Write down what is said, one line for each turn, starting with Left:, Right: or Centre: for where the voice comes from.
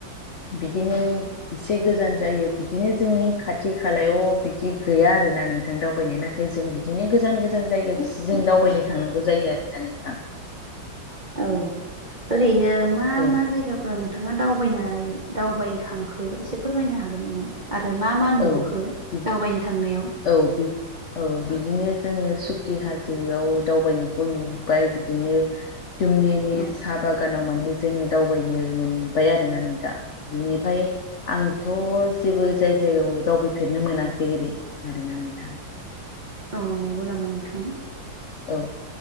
Left: बिदिनो इसे गोजान जायो बिदिनो जोंनि खाथि खालायाव बिदि गैया आरोना नोंथां दावबायनो ना <unintelligible> जों बिदिनो गोजान-गोजान जायगाखिसो जों दावबायनो थांनांगौ जायो आरो दा नोंथां।
Right: औ ओरैनो मा-मा
Left: औ
Right: जायगाफोराव नों थाङा दावबायनाय दावबायखांखो एसे फोरमायनो हागोन नामा? आरो मा-मा
Left: औ
Right: नुबोखो
Left: बिदि
Right: दावबायनो थांनायाव।
Left: औ बिब औ बिदिनो जोङो सुखि हाजोआव दावबायनायखौ नुबाय बिदिनो जुमनिनि
Right: औ
Left: साहा बागानाव माने जोङो दावबायनो मोनबाय आरोना नोंथां बिनिफाय आंथ' जेबो जाय गेव दावबायफेरनो मोनाखै ओरै आरोना नोंथां
Right: औ नोंगौ नामा नोंथां
Left: औ